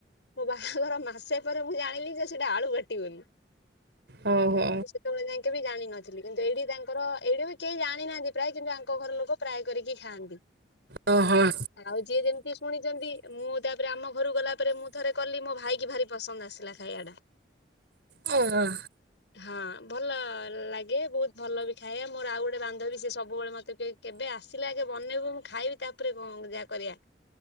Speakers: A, on the left (about 85°); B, on the right (about 70°).
A: ମୋ ବାହାଘର ମାସେ ପରେ ମୁଁ ଜାଣିଲି ଯେ ସେଟା ଆଳୁ ବାଟି ବୋଲି।
B: ଓହୋ
A: ମୁଁ ସେତେବେଳେ ଯାଙ୍କେ ବି ଜାଣିନଥିଲି କିନ୍ତୁ ଏଇଠି ତାଙ୍କର ଏଇଠି ବି କେହି ଜାଣିନାହାଁନ୍ତି ପ୍ରାୟ କିନ୍ତୁ ଆଙ୍କ ଘର ଲୋକ ପ୍ରାୟ କରିକି ଖାଆନ୍ତି।
B: ହଁ ହଁ
A: ଆଉ ଯିଏ ଯେମତି ଶୁଣିଚନ୍ତି ମୁଁ ତାପରେ ଆମ ଘରୁକୁ ଗଲା ପରେ ମୁଁ ଥରେ କଲି ମୋ ଭାଇ କି ଭାରି ପସନ୍ଦ ଆସିଲା ଖାଇଆଟା।
B: ହଁ ହଁ।
A: ହଁ ଭଲ ଲାଗେ, ବହୁତ ଭଲ ବି ଖାଇଆ। ମୋର ଆଉ ଗୋଟେ ବାନ୍ଧବୀ ସିଏ ସବୁବେଳେ ମତେ କୁହେ କେବେ ଆସିଲେ ଆଗେ ଟିକେ ବନେଇବୁ ମୁଁ ଖାଇବି, ତାପରେ କଣ ଯାହା କରିଆ।